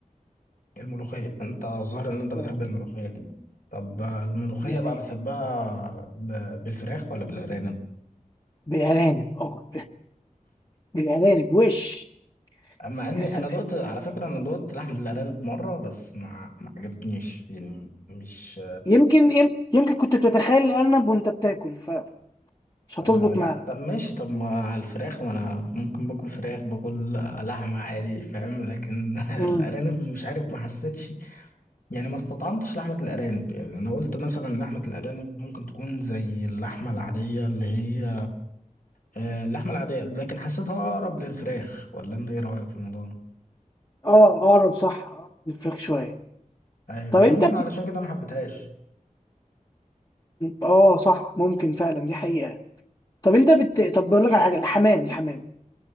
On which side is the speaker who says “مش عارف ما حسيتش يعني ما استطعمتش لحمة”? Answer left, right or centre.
Left